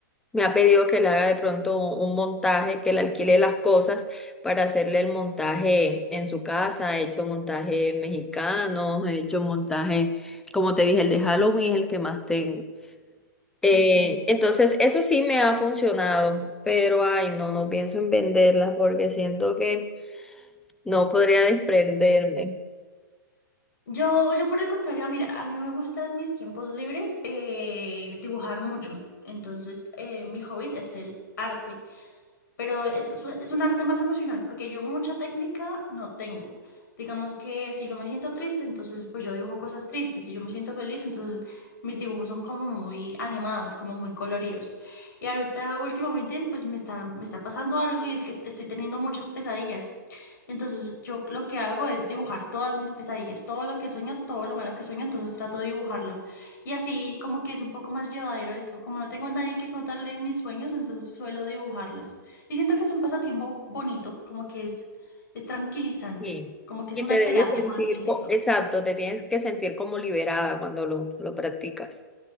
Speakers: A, in the centre; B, on the left (about 70°).
A: me ha pedido que le haga de pronto un, un montaje, que le alquile las cosas para hacerle el montaje en su casa. He hecho montajes mexicanos, he hecho montaje, como te dije, el de Halloween es el que más tengo. Eh,
B: Ok.
A: entonces, eso sí me ha funcionado, pero ay, no, no pienso en venderlas porque siento que... No podría desprenderme.
B: Yo, yo por el contrario, mira, a mí me gustan mis tiempos libres eh, dibujar mucho. Entonces, eh, mi hobby es el arte pero es, es un es un arte más emocional porque yo mucha técnica no tengo. Digamos que si yo me siento triste, entonces pues yo dibujo cosas tristes, si yo me siento feliz, entonces mis dibujos son como muy animados, como muy coloridos. Y ahorita últimamente pues me está, me está pasando algo y es que estoy teniendo muchas pesadillas. Entonces yo lo que hago es dibujar todas mis pesadillas, todo lo que sueño, todo lo malo que sueño, entonces trato de dibujarlo. Y así como que es un poco más llevadero eso. Como no tengo nadie que contarle mis sueños, entonces suelo dibujarlos. Y siento que es un pasatiempo bonito, como que es, es tranquilizante,
A: Sí.
B: como que es
A: Y
B: una
A: te debes
B: terapia,
A: sentir,
B: por así decirlo.
A: co- exacto, te tienes que sentir como liberada cuando lo, lo practicas.